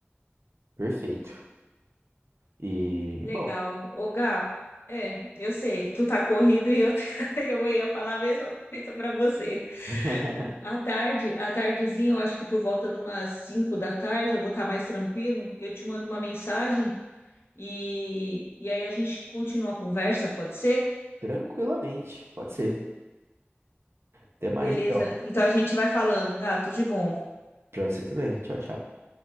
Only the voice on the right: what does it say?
Perfeito. E,
bom.
<laughs>
Tranquilamente, pode ser. Até mais
então.
Pra você também. Tchau, tchau.